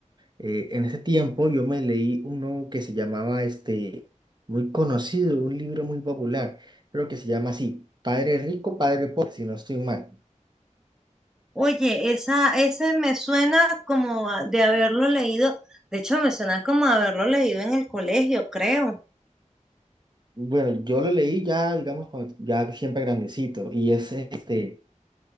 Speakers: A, on the right; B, in the centre.
A: Eh, en ese tiempo yo me leí uno que se llamaba, este, muy conocido, un libro muy popular, creo que se llama así, Padre Rico, Padre Pobre, si no estoy mal.
B: Oye, esa, ese me suena como a- de haberlo leído. De hecho, me suena como a haberlo leído en el colegio, creo.
A: Bueno, yo lo leí ya, digamos, cuando- ya siempre grandecito, y es este,